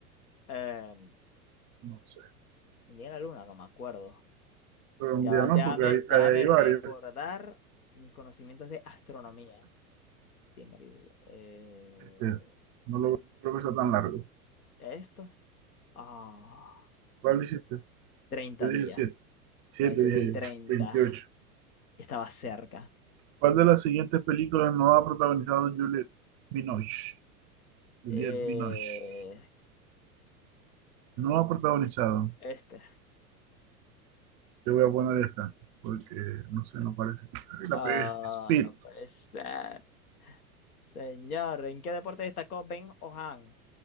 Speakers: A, on the left (about 70°); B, on the right (about 35°).
A: Eh,
B: No sé.
A: un día en la luna, no me acuerdo.
B: Pero
A: Ya
B: un día
A: va,
B: no,
A: déjame,
B: porque hay,
A: déjame
B: hay
A: recordar
B: varios.
A: mis conocimientos de astronomía. Sí, marico, eh,
B: Este, no lo no creo que sea tan largo.
A: esto. Ah,
B: ¿Cuál hiciste?
A: 30
B: Yo dije
A: días.
B: el 7. 7,
A: No, yo
B: dije
A: le di
B: yo.
A: treinta.
B: 28.
A: Estaba cerca.
B: ¿Cuál de las siguientes películas no ha protagonizado Juliette Binoche? Juliette
A: Eh,
B: Binoche. No ha protagonizado.
A: este.
B: Te voy a poner esta, porque no sé, no parece. Ay, La
A: Ah,
B: pegué. Speed.
A: no puede ser. Señor, ¿en qué deporte destacó Ben O'Han?